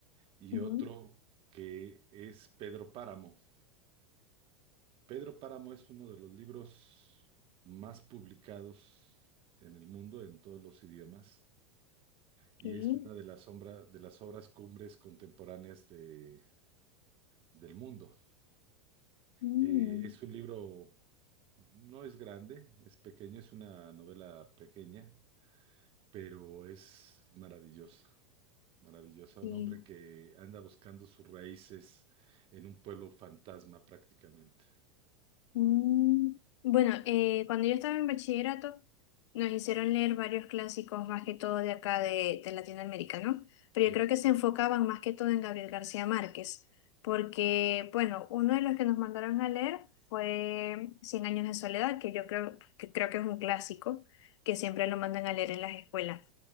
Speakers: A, on the right; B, on the left.
A: y
B: ujú,
A: otro que es Pedro Páramo. Pedro Páramo es uno de los libros más publicados en el mundo en todos los idiomas y
B: ok,
A: es una de las, sombra- de las obras cumbres contemporáneas de- del mundo.
B: mm,
A: Eh, es un libro, no es grande, es pequeño, es una novela pequeña, pero es maravillosa. Maravillosa, un
B: sí.
A: hombre que anda buscando sus raíces en un pueblo fantasma prácticamente.
B: Mm, Bueno, eh, cuando yo estaba en bachillerato, nos hicieron leer varios clásicos, más que todo de acá de, de Latinoamérica, ¿no?
A: Sí,
B: Pero yo creo que se enfocaban más que todo en Gabriel García Márquez, porque, bueno, uno de los que nos mandaron a leer fue Cien años de soledad, que yo creo que, creo que es un clásico, que siempre lo mandan a leer en las escuelas.